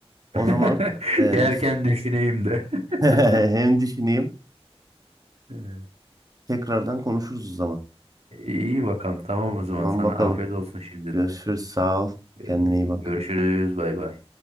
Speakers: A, on the right (about 35°); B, on the right (about 80°).
A: O
B: <laughs>
A: zaman eee,
B: Yerken düşüneyim de.
A: <laughs>
B: <laughs>
A: hem düşüneyim.
B: Evet.
A: Tekrardan konuşuruz o zaman.
B: İyi bakalım. Tamam o zaman.
A: Tamam
B: Sana
A: bakalım.
B: afiyet olsun şimdiden.
A: Görüşürüz. Sağ ol.
B: Ee,
A: Kendine iyi bak.
B: Görüşürüz. Bay bay.